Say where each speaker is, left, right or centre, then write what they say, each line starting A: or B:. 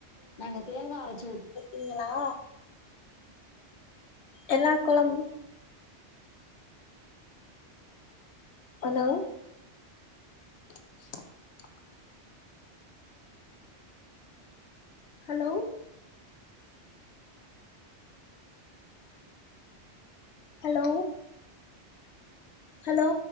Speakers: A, on the left; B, on the left.
A: நாங்க தேங்கா அரச்சு ஊத்
B: இங்களா எல்லா கொழம்பு ஹலோ <inaudible> ஹலோ ஹலோ ஹலோ